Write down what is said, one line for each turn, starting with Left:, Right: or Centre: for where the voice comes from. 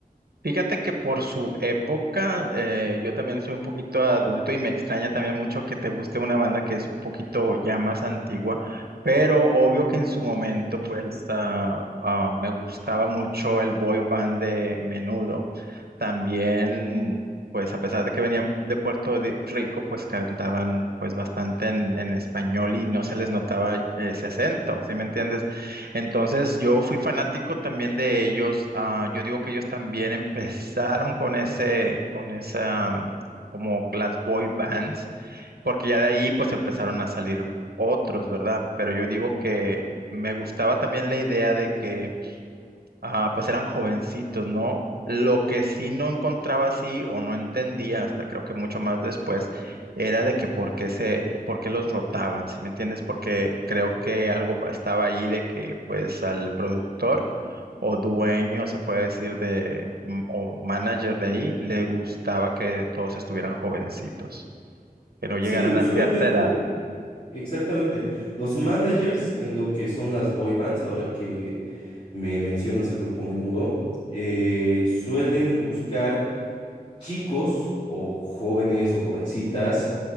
Right: Fíjate que por su época, eh, yo también soy un poquito adulto y me extraña también mucho que te guste una banda que es un poquito ya más antigua, pero obvio que en su momento pues ah, ah, me gustaba mucho el boy band de Menudo. También, pues a pesar de que venían de Puerto de- Rico, pues cantaban pues bastante en, en español y no se les notaba eh, ese acento, ¿sí me entiendes? Entonces yo fui fanático también de ellos. ah, yo digo que ellos también empezaron con ese, con esa, mm, como las boy bands, porque ya de ahí pues empezaron a salir otros, ¿verdad? Pero yo digo que me gustaba también la idea de que Ajá, pues eran jovencitos, ¿no? Lo que sí no encontraba así o no entendía hasta creo que mucho más después era de que por qué se, por qué los rotaban, ¿sí me entiendes? Porque creo que algo estaba ahí de que pues al productor o dueño, se puede decir, de, m- o manager de ahí, le gustaba que todos estuvieran jovencitos, que no llegaran
Left: Sí, usualmente,
Right: a cierta edad.
Left: exactamente. Los managers en lo que son las boy bands, ahora que me mencionas el grupo Menudo, eh, suelen buscar chicos o jóvenes o jovencitas